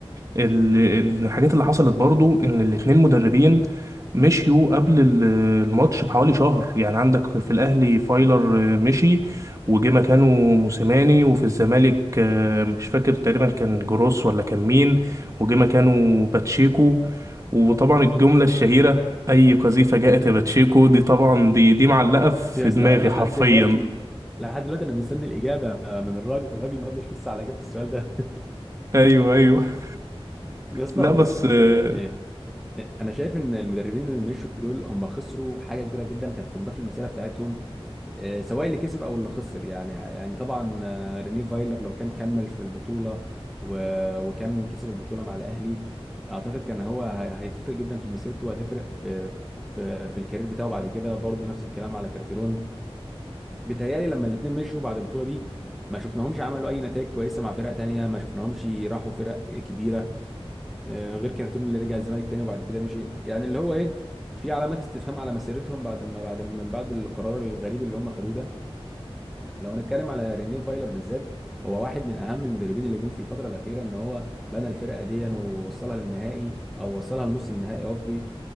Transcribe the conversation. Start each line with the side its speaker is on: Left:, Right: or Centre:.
Right: ال- الحاجات اللي حصلت برضو ان الاتنين مدربين مشيوا قبل ال- الماتش بحوالي شهر يعني عندك في الاهلي فايلر آه، مشي وجه مكانه موسيماني وفي الزمالك آه، مش فاكر تقريبا كان جروس ولا كان مين وجه مكانه باتشيكو وطبعا الجملة الشهيرة اي قذيفة جاءت يا باتشيكو دي طبعا دي دي معلقة
Centre: <laughs>
Right: في
Centre: يا اسطى
Right: دماغي
Centre: لحد
Right: حرفيا
Centre: دلوقتي لحد دلوقتي انا مستني الاجابه من الراجل الراجل ما ردش لسه على اجابه السؤال ده
Right: ايوه ايوه <laughs>
Centre: <laughs> يا اسطى
Right: لا بس
Centre: بص ف-
Right: آه،
Centre: آه، آه، انا شايف ان المدربين اللي مشوا دول هم خسروا حاجه كبيره جدا كانت تنضاف للمسيره بتاعتهم آه، سواء اللي كسب او اللي خسر يعني يعني طبعا آه، رينيه فايلر لو كان كمل في البطوله و- وكان كسب البطوله مع الاهلي اعتقد كان هو هي- هيتفرق جدا في مسيرته وهتفرق في في في الكارير بتاعه بعد كده برضه نفس الكلام على كارتيرون بيتهيألي لما الاثنين مشوا بعد البطوله دي ما شفناهمش عملوا اي نتائج كويسه مع فرق تانية ما شفناهمش راحوا فرق كبيره آه، غير كارتون اللي رجع الزمالك تاني وبعد كده مشي يعني اللي هو ايه في علامات استفهام على مسيرتهم بعد ما بعد من بعد القرار الغريب اللي هم خدوه ده لو هنتكلم على رينيه فايلر بالذات هو واحد من اهم المدربين اللي جم في الفتره الاخيره ان هو بنى الفرقه دي ووصلها للنهائي او وصلها لنص النهائي قصدي